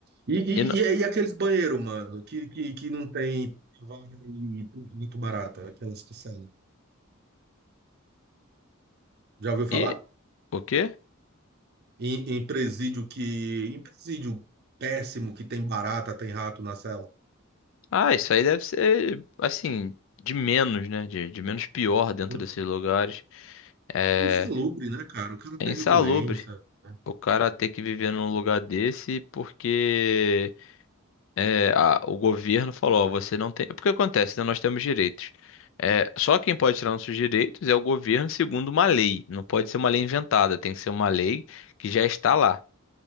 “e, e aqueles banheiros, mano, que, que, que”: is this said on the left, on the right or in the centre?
Right